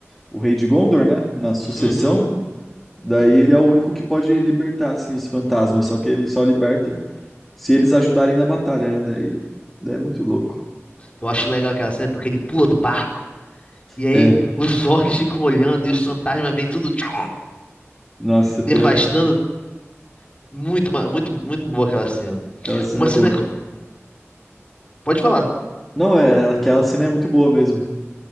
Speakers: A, in the centre; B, on the left.
A: o rei de Gondor, né? Na sucessão.
B: Uhum.
A: Daí ele é o único que pode libertar assim os fantasmas, só que ele só liberta se eles ajudarem na batalha, né? Daí, daí é muito louco.
B: Eu acho legal aquela cena porque ele pula do barco. E aí
A: É,
B: os orcs ficam olhando e os fantasmas vêm tudo tchum,
A: nossa,
B: devastando.
A: pior,
B: Muito, ma- muito, muito boa aquela cena.
A: aquela cena
B: Uma
A: é
B: cena
A: boa.
B: que. Pode falar.
A: Não, é, aquela cena é muito boa mesmo.